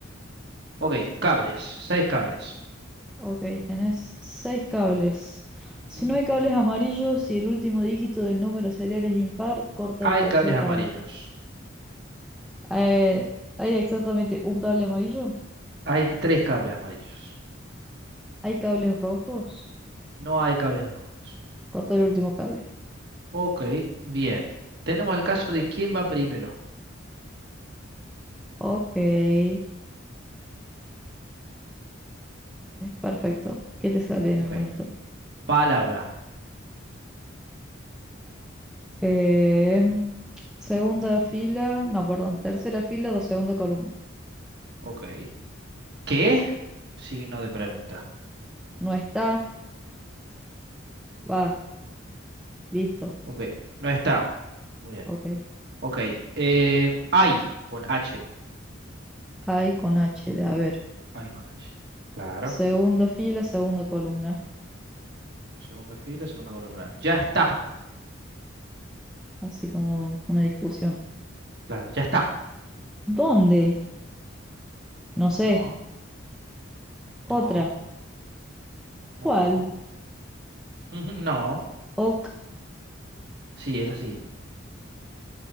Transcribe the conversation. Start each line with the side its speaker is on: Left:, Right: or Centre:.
Right: Ok, cables. Seis cables.
Centre: ok, tenés seis cables. Si
Right: Ujú.
Centre: no hay cables amarillos y el último dígito del número serial es impar, corta
Right: Hay
Centre: el tercer
Right: cables amarillos.
Centre: cable. Eh, hay exactamente un cable amarillo.
Right: Hay tres cables amarillos.
Centre: Hay cables rojos.
Right: No hay cables rojos.
Centre: Corta el último cable.
Right: Ok, bien. Tenemos el caso de quién va primero.
Centre: Ok, eh, perfecto. ¿Qué te sale en
Right: Ok.
Centre: el monitor?
Right: Palabra.
Centre: Em, segunda fila, no, perdón, tercera fila, do- segunda columna.
Right: Ok. ¿Qué? Signo de pregunta.
Centre: No está, va, listo.
Right: Ok. No está. Muy bien.
Centre: Ok.
Right: Ok. Eh, ay, con H.
Centre: Hay con H de a ver.
Right: Ay, con H. Claro.
Centre: Segunda fila, segunda columna.
Right: Segunda fila, segunda columna. Ya está.
Centre: Así como una discusión.
Right: Claro, ya está.
Centre: ¿Dónde? No
Right: No,
Centre: sé. Otra.
Right: no, no.
Centre: ¿Cuál?
Right: <laughs> No.
Centre: Ok,
Right: Sí, es así.